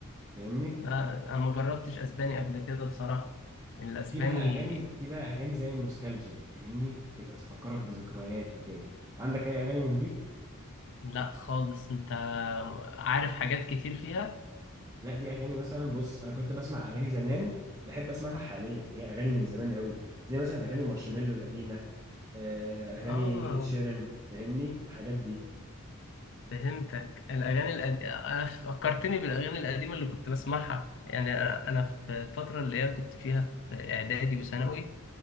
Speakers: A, on the right; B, on the left.
A: فاهمني
B: لا انا ما جربتش اسباني قبل كده بصراحة الاسباني
A: في بقى اغاني في بقى اغاني زي النوستالجيا فاهمني تك- تفكرك بذكريات وكده عندك اي اغاني من دي
B: لا خالص انت عارف حاجات كتير فيها
A: لا دي اغاني مثلا بص انا كنت بسمع اغاني زمان بحب اسمعها حاليا هي اغاني من زمان قوي زي مثلا اغاني مارشميلو القديمه آه، اغاني
B: اه
A: اد شيرن فاهمني الحاجات دي
B: فهمتك الاغاني القديمة فكرتني بالاغاني القديمة اللي كنت بسمعها يعني انا أنا في الفترة اللي هي كنت فيها في اعدادي وثانوي